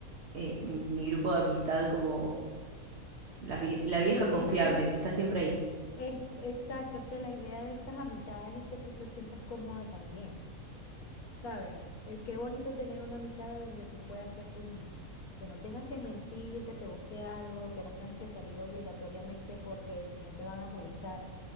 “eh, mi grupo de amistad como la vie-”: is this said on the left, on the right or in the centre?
Right